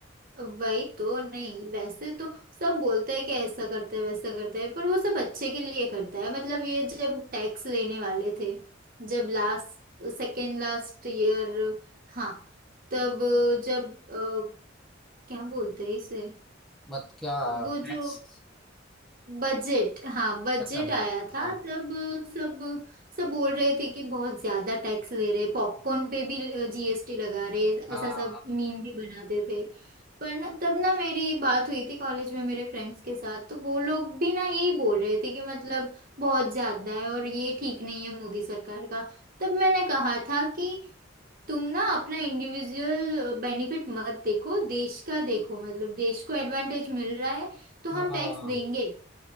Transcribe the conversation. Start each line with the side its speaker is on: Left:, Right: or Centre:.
Right: वही तो नहीं वैसे तो सब बोलते हैं कि ऐसा करते हैं वैसा करते हैं पर वो सब अच्छे के लिए करता है मतलब ये जब टैक्स लेने वाले थे जब लास्ट सेकेंड लास्ट ईयर हाँ तब जब अ, क्या बोलते हैं इसे
Centre: मत क्या
Right: वो
Centre: टैक्स
Right: जो बजट हाँ बजट
Centre: अच्छा बच
Right: आया
Centre: हाँ
Right: था तब सब सब बोल रहे थे कि बहुत ज्यादा टैक्स ले रहे पॉपकॉर्न पे भी जीएसटी लगा रहे
Centre: हाँ
Right: ऐसा सब मीम भी बनाते थे पर ना तब ना मेरी बात हुई थी कॉलेज में मेरे फ्रेंड्स के साथ तो वो लोग भी ना यही बोल रहे थे कि मतलब बहुत ज्यादा है और ये ठीक नहीं है मोदी सरकार का तब मैंने कहा था कि तुम ना अपना इंडिविजुअल बेनिफिट मत देखो देश का देखो मतलब देश को एडवांटेज मिल रहा है तो
Centre: हाँ
Right: हम टैक्स देंगे